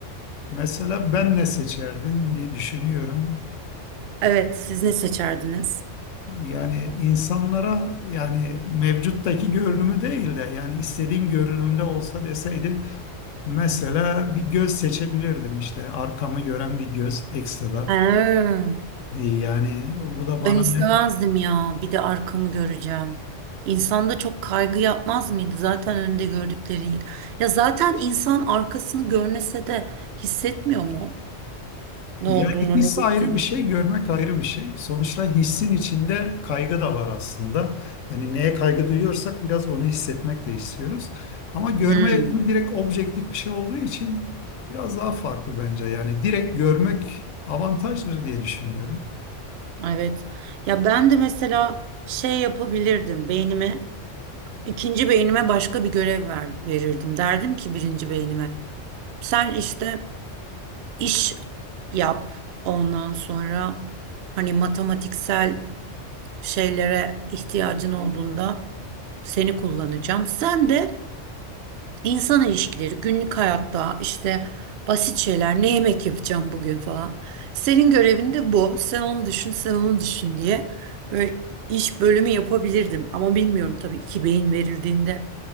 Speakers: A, on the left; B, on the right.
A: Mesela ben ne seçerdim diye düşünüyorum.
B: Evet, siz ne seçerdiniz?
A: Yani insanlara yani mevcuttaki görünümü değil de yani istediğim görünümde olsa deseydi Mesela bir göz seçebilirdim işte arkamı gören bir göz ekstra.
B: Ha.
A: Ee, Yani bu da
B: Ben
A: bana
B: istemezdim
A: ne?
B: ya. Bir de arkamı göreceğim. İnsanda çok kaygı yapmaz mıydı? Zaten önünde gördüklerin. Ya zaten insan arkasını görmese de hissetmiyor mu? Ne
A: Yani
B: olduğunu,
A: his
B: ne bittiğini.
A: ayrı bir şey, görmek ayrı bir şey. Sonuçta hissin içinde kaygı da var aslında. Yani neye kaygı duyuyorsak biraz onu hissetmek de istiyoruz. Ama görme
B: Hmm,
A: eğitimi direkt objektif bir şey olduğu için biraz daha farklı bence. Yani direkt görmek avantajdır diye düşünüyorum.
B: evet. Ya ben de mesela şey yapabilirdim beynime. ikinci beynime başka bir görev ver, verirdim. Derdim ki birinci beynime. Sen işte iş yap. Ondan sonra hani matematiksel şeylere ihtiyacın olduğunda seni kullanacağım. Sen de insan ilişkileri, günlük hayatta işte basit şeyler, ne yemek yapacağım bugün falan. Senin görevin de bu. Sen onu düşün, sen onu düşün diye böyle iş bölümü yapabilirdim. Ama bilmiyorum tabii iki beyin verildiğinde